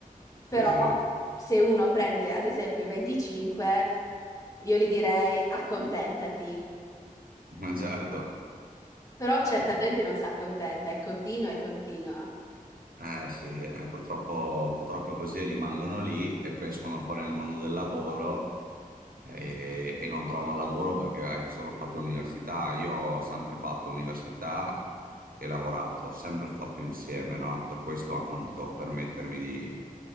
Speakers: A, on the left (about 20°); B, on the right (about 85°).
A: Però
B: sì, sì,
A: se uno prende ad esempio 25, io gli direi accontentati.
B: ma certo.
A: Però certa
B: eh.
A: gente non si accontenta e continua e continua.
B: Eh sì, eh, purtroppo, purtroppo così rimangono lì e poi escono fuori nel mondo del lavoro e, e non trovano lavoro perché hai solo fatto l'università. Io ho sempre fatto università e lavorato, ho sempre fatto insieme, no? Per questo anche non potevo permettermi di,